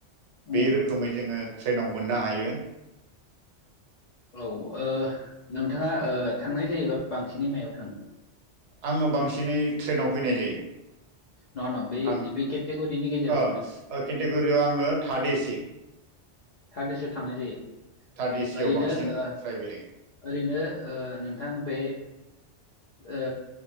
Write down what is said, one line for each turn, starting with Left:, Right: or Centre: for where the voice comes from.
Right: बे
Left: उम
Right: रोखोमै जोङो ट्रेनाव मोननो हायो।
Left: औ ओनोंथाङा ओ थांनाय जायोबा बांसिनै मायाव थाङो।
Right: आङो बांसिनै ट्रेनाव फैनाय जायो
Left: नङा नङा बे बे केटेगरिनि गेजेराव
Right: आं
Left: होनदों
Right: केटेगरियाव आङो थार्ड एसि।
Left: थार्ड ए सियाव थांनाय जायो।
Right: थार्ड एसियाव
Left: ओरैनो
Right: बांसिन
Left: ओ
Right: ट्राइभेलिं
Left: ओरैनो ओ नोंथां बे ओ